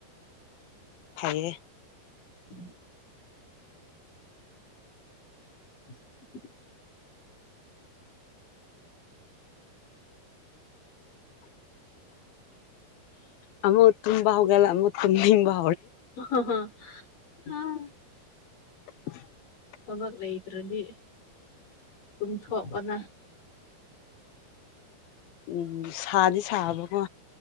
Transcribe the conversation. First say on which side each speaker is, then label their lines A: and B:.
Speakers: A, on the left; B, on the left.
A: ꯐꯥꯏꯌꯦ
B: ꯎꯝ <inaudible>
A: ꯑꯃꯃ ꯇꯕꯥ ꯍꯧꯒꯦꯂ ꯑꯃ ꯇꯝꯕ
B: ꯑ ꯍ
A: <inaudible>
B: ꯊꯕꯛ ꯂꯩꯇ꯭ꯔꯗꯤ ꯇꯨꯡꯊꯣꯛꯄꯅ
A: ꯎꯝ ꯁꯥꯗꯤ ꯁꯥꯕꯀꯣ